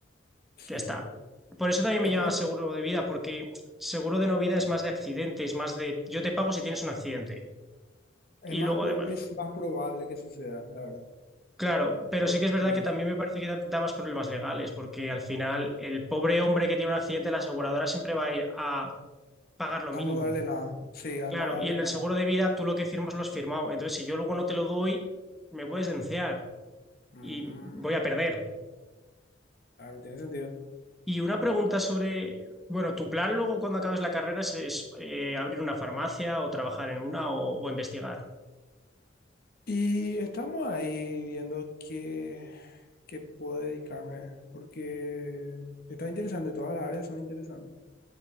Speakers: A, on the left; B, in the centre.
A: sí.
B: Ya está. Por eso también
A: Es
B: me llama
A: como,
B: seguro de vida, porque seguro de no vida es más de accidentes, más de yo te pago si tienes un accidente.
A: es
B: Y
A: más,
B: luego
A: pro-
B: de...
A: es más probable que suceda, la verdad.
B: Claro, pero
A: Por-
B: sí que es verdad
A: mm,
B: que también me parece que da- da más problemas legales, porque al final el pobre hombre que tiene un accidente, la aseguradora siempre va a ir a pagar lo
A: a
B: mínimo.
A: no darle nada. Sí, a
B: Claro,
A: no darle
B: y en el
A: nada.
B: seguro de vida tú lo que firmas lo has firmado. Entonces, si yo luego no te lo doy, me puedes denunciar
A: Mm,
B: y voy a perder.
A: claro, tiene sentido.
B: Y una pregunta sobre, bueno, tu plan luego cuando acabes la carrera es, es, eh, abrir una farmacia o trabajar en una o, o investigar.
A: Y estamos ahí viendo qué, qué puedo dedicarme, porque está interesante, todas las áreas son interesantes.